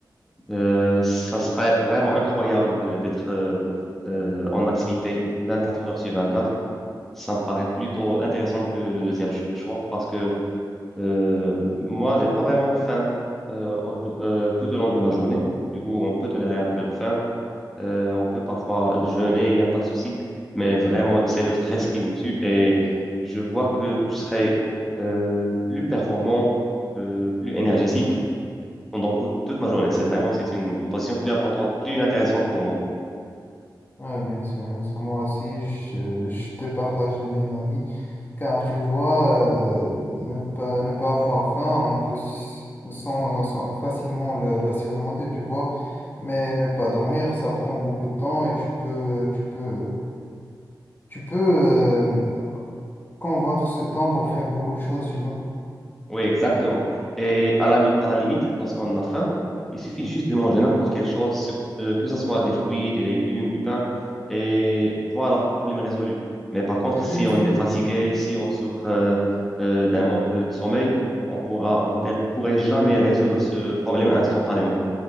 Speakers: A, in the centre; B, on the left.
A: Euh, ça serait vraiment incroyable de- d'être euh, euh, en activité 24 heures sur 24. Ça me paraît plutôt intéressant que le deuxième cho- choix parce que euh, moi, j'ai pas vraiment faim euh, au- euh, tout au long de ma journée. Du coup, on peut tolérer un peu de faim. Euh, on peut parfois jeûner, il n'y a pas de souci, mais vraiment, c'est le stress qui nous tue et je vois que je serai euh, plus performant, euh, plus énergétique pendant tout- toute ma journée. C'est vraiment, c'est une proposition plus importante, plus intéressante pour moi.
B: Ouais, bien sûr, bien sûr. Moi aussi, je, je te partage le même avis. Car tu vois, euh, ne pas, ne pas avoir faim, on peut s- sans- sans- facilement la, la surmonter, tu vois. Mais ne pas dormir, ça prend beaucoup de temps et tu peux, tu peux, tu peux euh, convoitre ce temps pour faire beaucoup de choses, tu vois.
A: Oui, exactement. Et à la, à la limite, lorsqu'on a faim, il suffit juste de manger n'importe quelle chose, ce- euh, que ce soit des fruits, des légumes, du pain, et voilà, problème résolu. Mais par contre,
B: Et
A: si
B: même si,
A: on est fatigué, si on souffre euh, euh, d'un manque de sommeil, on pourra, on per- pourrait jamais résoudre ce problème instantanément.